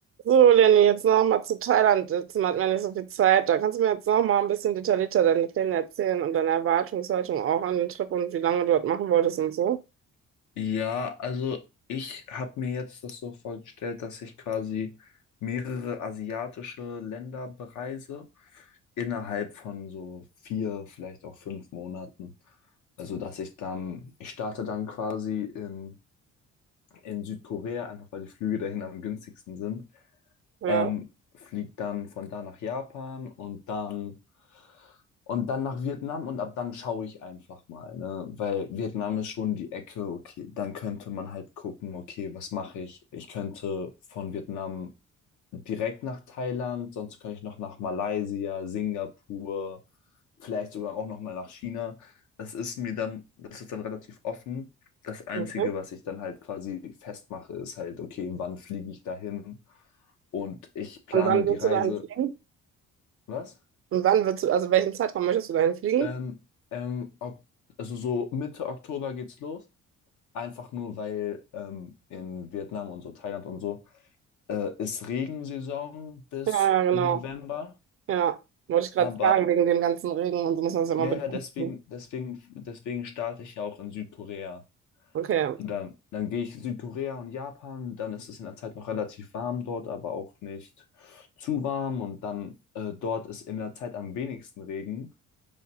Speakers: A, on the right; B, on the left.
A: So, Lenny, jetzt noch mal zu Thailand. Jetzt hat man nicht so viel Zeit. Da kannst du mir jetzt noch mal ein bisschen detaillierter deine Pläne erzählen und deine Erwartungshaltung auch an den Trip und wie lange du dort machen wolltest und so.
B: Ja, also ich habe mir jetzt das so vorgestellt, dass ich quasi mehrere asiatische Länder bereise innerhalb von so vier, vielleicht auch fünf Monaten. Also dass ich dann, ich starte dann quasi in, in Südkorea, einfach weil die Flüge dahin am günstigsten sind,
A: Ja,
B: ähm, fliege dann von da nach Japan und dann und dann nach Vietnam und ab dann schaue ich einfach mal, ne? Weil Vietnam ist schon die Ecke, okay, dann könnte man halt gucken, okay, was mache ich? Ich könnte von Vietnam direkt nach Thailand, sonst könnte ich noch nach Malaysia, Singapur, vielleicht sogar auch noch mal nach China. Das ist mir dann, das ist dann relativ offen. Das Einzige,
A: okay.
B: was ich dann halt quasi festmache, ist halt, okay, wann fliege ich dahin? Und ich plane
A: Und wann
B: die
A: willst
B: Reise.
A: du dahin fliegen?
B: Was?
A: Und wann willst du, also welchen Zeitraum möchtest du dahin fliegen?
B: Ähm, ähm, ok- also so Mitte Oktober geht's los. Einfach nur, weil ähm, in Vietnam und so, Thailand und so, äh, ist Regensaison bis
A: Ja, ja, genau.
B: November.
A: Ja, wollte ich gerade
B: Aber
A: fragen, wegen dem ganzen Regen und so muss man das ja mal
B: ja,
A: bedenken.
B: ja, deswegen, deswegen, deswegen starte ich ja auch in Südkorea.
A: Okay,
B: Und dann, dann gehe ich Südkorea und Japan, dann ist es in der Zeit noch relativ warm dort, aber auch nicht zu warm. Und dann äh, dort ist in der Zeit am wenigsten Regen.